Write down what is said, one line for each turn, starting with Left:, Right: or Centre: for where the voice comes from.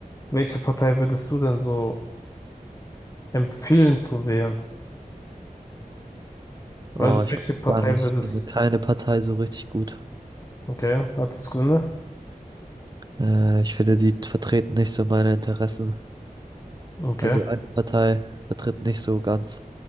Left: Welche Partei würdest du denn so empfehlen zu wählen? Also,
Right: Oh, ich
Left: welche
Right: weiß
Left: Partei
Right: gar nicht.
Left: würdest,
Right: Ich finde keine Partei so richtig gut.
Left: okay, hat es Gründe?
Right: Äh, ich finde, die vertreten nicht so meine Interessen.
Left: Okay.
Right: Also eine Partei vertritt nicht so ganz